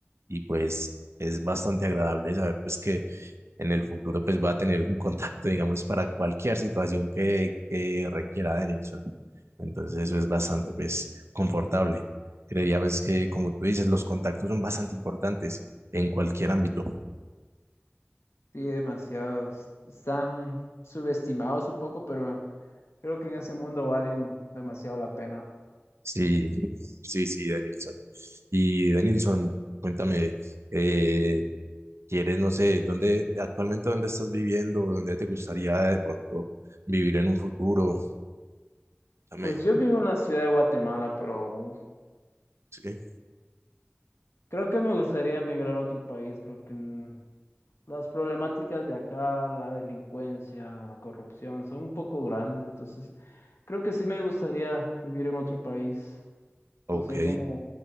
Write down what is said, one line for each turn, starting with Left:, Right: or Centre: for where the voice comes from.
Right: Y pues es bastante agradable saber, pues, que en el futuro, pues, va a tener un contacto, digamos, para cualquier situación que, que requiera de Nilsson. Entonces eso es bastante, pues, confortable. Creería, pues, que como tú dices, los contactos son bastante importantes en cualquier ámbito.
Left: Sí, demasiados Están subestimados un poco, pero creo que en ese mundo valen demasiado la pena.
Right: Sí, sí, sí, Denilson. Y Denilson, cuéntame, eh, ¿quieres, no sé, dónde, actualmente dónde estás viviendo, dónde te gustaría de pronto vivir en un futuro? Cuéntame,
Left: Pues yo vivo en la ciudad de Guatemala, pero
Right: sí,
Left: creo que me gustaría emigrar a otro país. Creo que mm, Las problemáticas de acá, la delincuencia, la corrupción, son un poco grandes, entonces creo que sí me gustaría vivir en otro país,
Right: ok,
Left: no sé, como